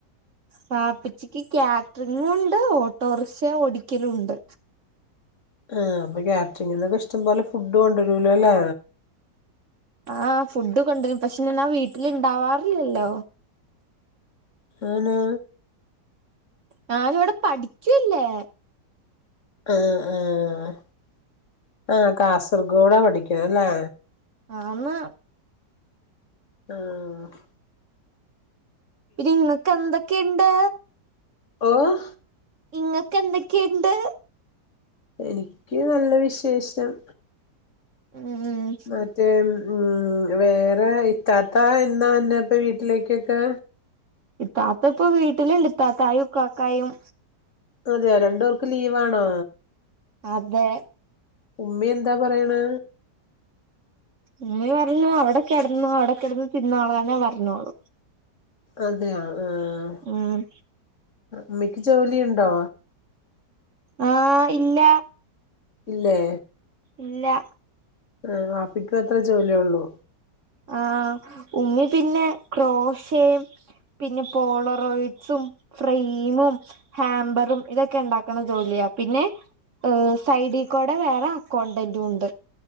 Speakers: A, on the right (about 50°); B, on the left (about 50°).
A: പാപ്പിച്ചിക്ക് കാറ്ററിങ്ങും ഉണ്ട് ഓട്ടോറിക്ഷ ഓടിക്കലും ഉണ്ട്
B: ആ അപ്പൊ കാറ്ററിംഗങ് എന്നൊക്കെ ഇഷ്ടം പോലെ ഫുഡ് കൊണ്ടുവരുലോല്ലേ
A: ആഹ് ഫുഡ് കൊണ്ടു പക്ഷെ ഞാൻ വീട്ടിലുണ്ടാവാറില്ലല്ലോ
B: അന്ന്
A: ഞാനവിടെ പഠിക്കൂല്ലേ?
B: ആഹ് ആ ആ കാസർഗോഡാ പഠിക്കണ അല്ലേ?
A: ആന്ന്
B: ആഹ്
A: പിന്നെ ഇങ്ങക്ക് എന്തൊക്കെയിണ്ട്?
B: ഓഹ്
A: ഇങ്ങക്കെ എന്തക്കെയിണ്ട്?
B: എനിക്ക് നല്ല വിശേഷം.
A: ഉം ഉം..
B: മറ്റേ ഉം വേറെ ഇറ്റാത്ത എന്നാ എന്നന്നെപ്പ വീട്ടിലേക്കൊക്കെ?
A: ഇത്താത്ത ഇപ്പ വീട്ടിലിണ്ട് ഇത്താത്തായും ഇക്കക്കായും.
B: അതെയോ രണ്ടുപേർക്ക് ലീവ്ണോ?
A: അതെ.
B: ഉമ്മി എന്താ പറയണ്?
A: ഉമ്മീ പറഞ്ഞു അവിടെ കെടന്നോ അവിടെ കെടന്ന് തിന്നോളാനേ പറഞ്ഞോളു.
B: അതെയോ? ആഹ്
A: ഉം
B: ഉമ്മക്ക് ജോലി ഉണ്ടോ?
A: ആഹ് ഇല്ല.
B: ഇല്ലേ?
A: ഇല്ല.
B: ആഹ് വപ്പിക്കാത്രേ ജോലി ഉള്ളൂ?
A: ആഹ് ഉമ്മി പിന്നെ ക്രോസ് പിന്നെ പോളറോയിഡ്സും ഫ്രെമും. ഹാമ്പറും ഇതൊക്കെ ഉണ്ടാക്കണ ജോലിയാ പിന്നെ ഹ് സൈഡി കോടെ വേറെ അക്കൗണ്ടന്റും ഉണ്ട്.